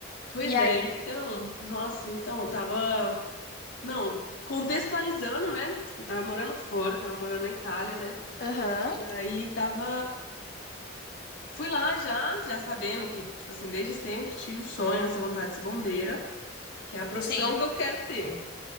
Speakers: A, on the left; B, on the left.
A: Pois
B: E
A: é,
B: aí?
A: então, nossa, então, eu tava, não, contextualizando, né, eu tava morando fora, tava morando na Itália, né,
B: Aham,
A: e aí tava Fui lá já, já sabendo que, tipo assim, desde sempre tive o sonho, essa vontade de ser bombeira, que é a profissão
B: sim.
A: que eu quero ter.